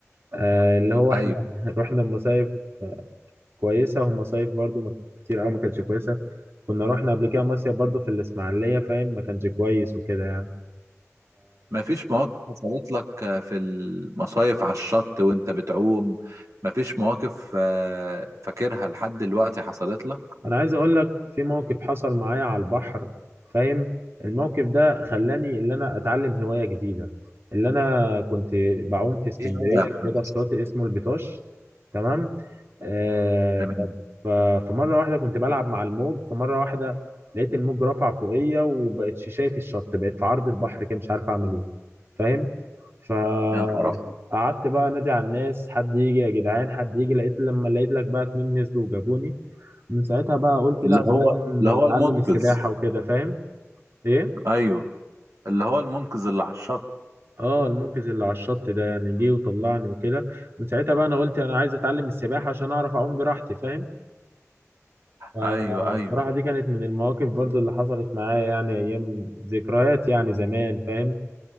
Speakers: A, on the right; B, on the right.
A: آه اللي هو
B: ايوه
A: احنا <laughs> رحنا مصايف كويسة ومصايف برضو ما كتير أوي ما كانتش كويسة كنا رحنا قبل كده مصيف برضو في الإسماعيلية فاهم ما كانش كويس وكده يعني
B: مفيش مواقف حصلت لك آه، في المصايف على الشط وانت بتعوم مفيش مواقف آه، فاكرها لحد دلوقتي حصلت لك
A: انا عايز اقول لك في موقف حصل معايا على البحر فاهم الموقف ده خلاني ان انا اتعلم هواية جديدة اللي انا كنت بعوم في اسكندرية
B: ايه هو يا محمد
A: كده في شاطئ اسمه البيطاش تمام آه
B: تمام
A: ف... ف... فمرة واحدة كنت بلعب مع الموج فمرة واحدة لقيت الموج رفع فوقيا وبقتش شايف الشط بقيت في عرض البحر كده مش عارف اعمل ايه فاهم فقعدت
B: يا نهار ابيض
A: بقى انادي على الناس حد يجي يا جدعان حد يجي لقيت لما لقيت لك بقى اتنين نزلوا وجابوني من ساعتها بقى قلت
B: اللي
A: لا انا
B: هو
A: لازم
B: اللي هو
A: اتعلم
B: المنقذ
A: السباحه وكده فاهم ايه
B: ايوه اللي هو المنقذ اللي على الشط
A: اه المنقذ اللي على الشط ده يعني جه وطلعني وكده من ساعتها بقى انا قلت انا عايز اتعلم السباحه عشان اعرف اعوم براحتي فاهم فالصراحه
B: ايوه ايوه
A: دي كانت من المواقف برضو اللي حصلت معايا يعني ايام ذكريات يعني زمان فاهم